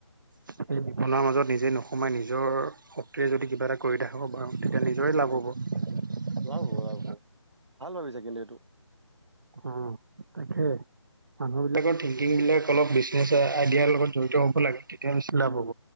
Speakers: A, on the right; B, on the right.
A: সেই বিপনাৰ মাজত নিজে নোসোমাই নিজৰ শক্তিৰে যদি কিবা এটা কৰি ৰাখিব পাৰু। তেতিয়া নিজৰে
B: উম,
A: লাভ হ'ব।
B: লাভ হ'ব, লাভ হ'ব। ভাল ভাবিছা কিন্তু এইটো।
A: অ, তাক মানুহ বিলাকৰ থিংকিং বিলাক অলপ বিজনেচ আইডিয়াৰ লগত জড়িত হ'ব লাগে। <unintelligible>
B: উম,
A: ভ হ'ব